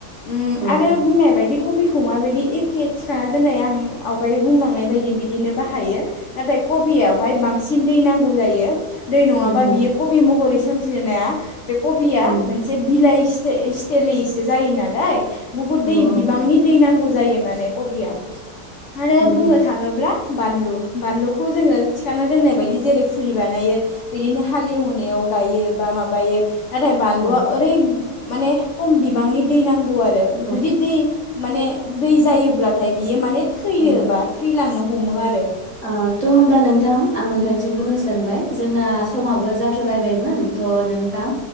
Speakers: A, on the left; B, on the right.
A: उम
B: औ
A: आरो बुंनाय बादि। कबिखौ माबायदि एखे थ्रा दोननाय आं आवगाय बुंलांनाय बायदि बिदिनो बाहायो नाथाय - कबियावहाय बांसिन दै नांगौ जायो। दै नङाबा
B: उम उम
A: बियो कबि महरै सोमजिनो हाया बे कबिया
B: औ
A: मोनसे बिलाइ- स्ताइ-स्तिलिसैसो जायो नालाय बहुत
B: औ
A: दै बिबांनि दै नां जायो माने कबिया आरो
B: उम,
A: बुंनो
B: उम,
A: थाङोब्ला बानलु बानलुखौ जोङो थिखांना दोननाय बायदि जेरै फुलि बानायो बिदिनो हालेवनायाव गायो बा माबायो। नाथाय बानलुआ
B: औ
A: माने खम बिबांनि दै नांगौ आरो
B: औ
A: जुदि दै माने दै जायोब्लाथाय बियो माने थैयो
B: औ
A: बा थैलांनो हमो आरो
B: औ थ' होमब्ला नोंथां आं नोंथां नो बुंनो सानबाय जोंना समाबो जाथ'लायबायमोन थ' नोंथां,